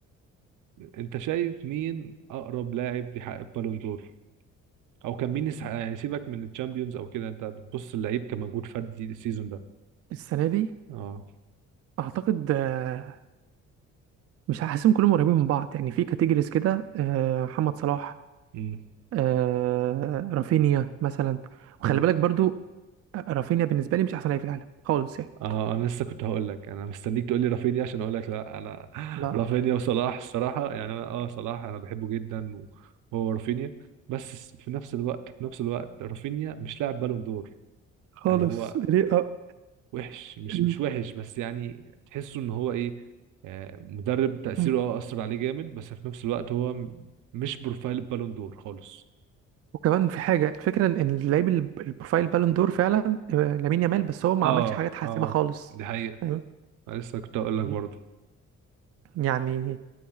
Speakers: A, on the right (about 80°); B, on the right (about 50°).
A: انت شايف مين اقرب لاعب يحقق بالون دور او كان مين يسح- يعني سيبك من الشامبيونز او كده انت بتبص اللعيب كمجهود فردي السيزون ده
B: السنه دي
A: اه
B: اعتقد آه، مش هحسهم كلهم قريبين من بعض يعني في كاتيجوريز كده آه، محمد صلاح
A: امم
B: آه، رافينيا مثلا وخلي
A: امم
B: بالك برضو آه، رافينيا بالنسبه لي مش احسن لعيب في العالم خالص يعني
A: اه انا لسه كنت هقول لك انا مستنيك تقول لي رافينيا عشان اقول لك لا انا <laughs>
B: لا
A: رافينيا وصلاح الصراحه يعني انا اه صلاح انا بحبه جدا وهو رافينيا بس في نفس الوقت في نفس الوقت رافينيا مش لاعب بالون دور
B: خالص
A: يعني هو
B: ليه أ-
A: وحش مش
B: ال-
A: مش وحش بس يعني تحسه ان هو ايه آه، مدرب تأثيره
B: مم.
A: اه اثر عليه جامد بس في نفس الوقت هو م- مش بروفايل بالون دور خالص
B: وكمان في حاجه الفكره ان إن اللعيب الب- البروفايل بالون دور فعلا آه، لامين يامال بس هو ما
A: اه
B: عملش حاجه تحسمها
A: اه
B: خالص
A: دي حقيقة
B: فاهم
A: أنا لسه كنت اقول لك برضه
B: Yeah. يعني